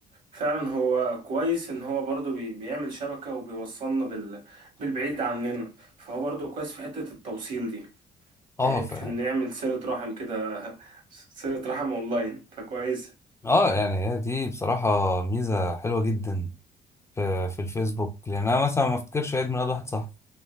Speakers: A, on the right; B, on the left.
A: فعلا هو كويس ان هو برضو بي- بيعمل شبكة وبيوصلنا بال... بالبعيد عننا فهو برضو كويس في حتة التوصيل دي
B: اه
A: في
B: ف
A: ان نعمل صلة رحم كده صلة رحم اونلاين فكويس
B: اه يعني هي دي بصراحة ميزة حلوة جدا في, في الفيسبوك لأن أنا مثلا ما افتكرش عيد ميلاد واحد صاحبي